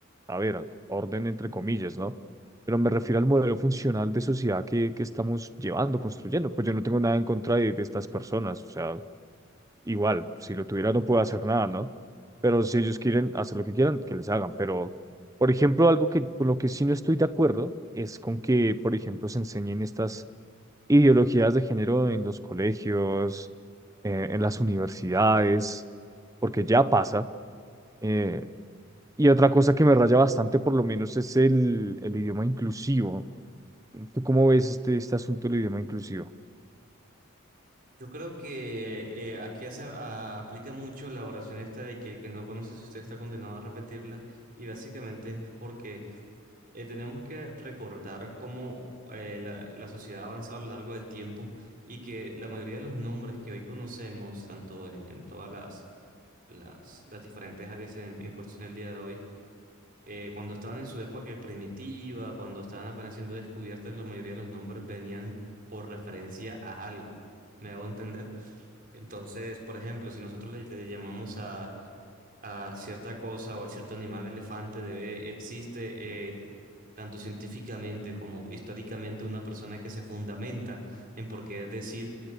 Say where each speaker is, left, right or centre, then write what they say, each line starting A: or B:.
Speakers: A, on the right (about 15°); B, on the right (about 45°).
A: a ver, orden entre comillas, ¿no? Pero me refiero al modelo funcional de sociedad que, que estamos llevando, construyendo. Pues yo no tengo nada en contra de, de estas personas, o sea, igual, si lo tuviera no puedo hacer nada, ¿no? Pero si ellos quieren hacer lo que quieran, que les hagan. Pero, por ejemplo, algo que con lo que sí no estoy de acuerdo es con que, por ejemplo, se enseñen estas ideologías de género en los colegios, eh, en las universidades, porque ya pasa. eh, y otra cosa que me raya bastante, por lo menos, es el, el idioma inclusivo. ¿Tú cómo ves este, este asunto del idioma inclusivo?
B: Yo creo que eh, aquí hace, a- aplica mucho la oración esta de que el que no conoce su historia está condenado a repetirla y básicamente es porque eh, tenemos que recordar cómo eh, la, la sociedad ha avanzado a lo largo del tiempo y que la mayoría de los nombres que hoy conocemos, tanto en todas las, las, las diferentes áreas en, en cuestión el día de hoy, eh, cuando estaban en su época primitiva, cuando estaban apenas siendo descubiertas, la mayoría de los nombres venían por referencia a algo. ¿Me hago entender? Entonces, por ejemplo, si nosotros le, le llamamos a, a cierta cosa o a cierto animal elefante, debe, existe eh, tanto científicamente como históricamente una persona que se fundamenta en por qué decir